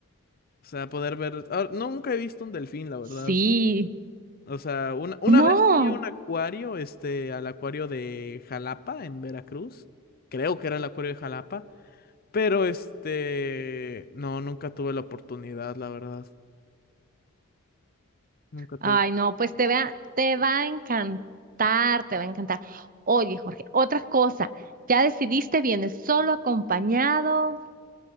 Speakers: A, on the left (about 45°); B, on the right (about 40°).
A: O sea, poder ver. ah, no, nunca he visto un delfín, la verdad.
B: Sí,
A: O sea, una, una
B: no.
A: vez fui a un acuario, este, al acuario de Jalapa, en Veracruz. Creo que era el acuario de Jalapa. Pero este, no, nunca tuve la oportunidad, la verdad. Nunca tuve.
B: Ay, no, pues te va, te va a encantar, te va a encantar. Oye, Jorge, otra cosa, ya decidiste, vienes solo acompañado.